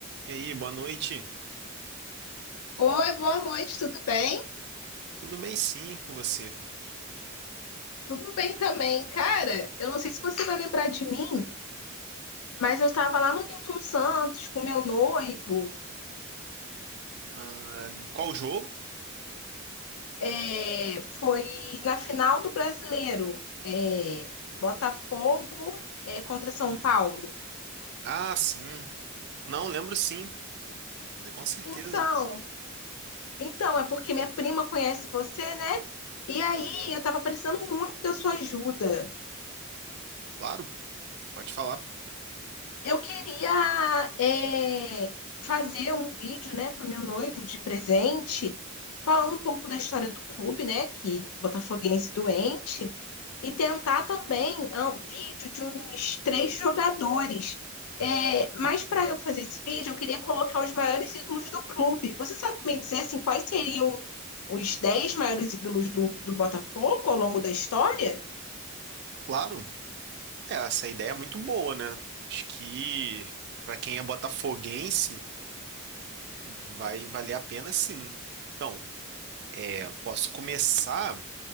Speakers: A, on the right; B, on the left.
A: E aí, boa noite.
B: Oi, boa noite, tudo bem?
A: Tudo bem, sim, com você?
B: Tudo bem também. Cara, eu não sei se você vai lembrar de mim, mas eu estava lá no Newton Santos com meu noivo.
A: Ah, no qual jogo?
B: É, foi na final do Brasileiro, é, Botafogo, é, contra São Paulo.
A: Ah, sim. Não, lembro sim. Com certeza.
B: Então, então, é porque minha prima conhece você, né? E aí, eu estava precisando muito da sua ajuda.
A: Claro, pode falar.
B: Eu queria é, fazer um vídeo, né, para o meu noivo de presente, falar um pouco da história do clube, né, que botafoguense doente, e tentar também ah, um vídeo de uns três jogadores. É, mas para eu fazer esse vídeo, eu queria colocar os maiores ídolos do clube. Você sabe me dizer assim, quais seriam os dez maiores ídolos do, do Botafogo ao longo da história?
A: Claro. É, essa ideia é muito boa, né? Acho que para quem é botafoguense, vai valer a pena sim. Então, é, posso começar